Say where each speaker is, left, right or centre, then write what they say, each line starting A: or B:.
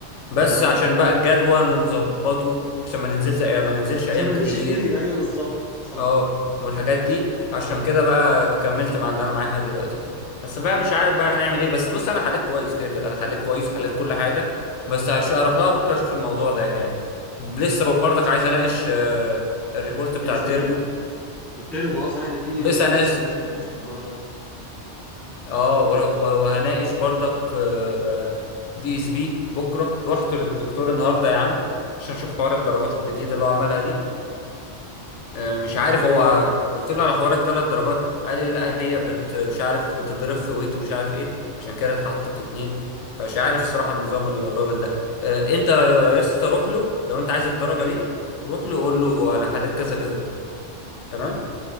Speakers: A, on the left; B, in the centre.
A: بس
B: اه
A: عشان بقى الجدول ونظبطه عشان ما ننزلش ما ننزلش
B: عشان
A: ايام
B: ما يزيدش
A: كتير
B: كتير ايوه بالظبط صح
A: اه والحاجات دي عشان كده بقى كملت مع اللي انا معاها دلوقتي دي بس فاهم مش عارف بقى نعمل ايه بس بص انا حليت كويس كده كده انا حليت كويس وحليت كل حاجه بس هش... هروح لها بكره اشوف الموضوع ده يعني لسه برضك عايز اناقش آه، الريبورت
B: بي
A: بتاع
B: اس
A: التربو
B: بي والتربو اه صحيح ده في
A: ولسه
B: ريبورت
A: ناس
B: تربو لازم يتناقش الاسبوع ده
A: اه و- و- وهناقش برضك آه، آه، دي اس بي بكره رحت للدكتور النهارده يا عم عشان اشوف حوار الدرجات
B: امم
A: الجديده اللي هو عملها دي آه، مش عارف
B: عمل
A: هو
B: ايه بقى؟
A: قلت له على حوار الثلاث درجات قال لي لا هي بت مش عارف بتضرب في ويت ومش عارف ايه عشان كده اتحطت اتنين فمش عارف الصراحة النظام الراجل ده آه، انت يا
B: يعني
A: يا اسطى روح له لو انت عايز الدرجة
B: مم.
A: دي روح له قول له انا حليت كذا كذا كذا تمام